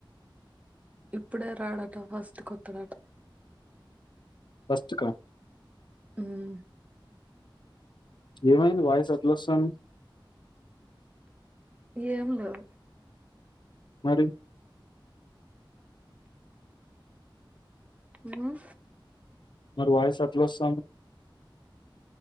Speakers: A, on the right; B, on the left.
A: ఇప్పుడే రాడట ఫస్ట్ కొత్తడట
B: ఫస్ట్ కా
A: మ్మ్
B: ఏమైంది వాయిస్ అట్లాస్తాంది
A: ఏం లేదు
B: మరి
A: మ్మ్
B: మరి వాయిస్ అట్లాస్తాంది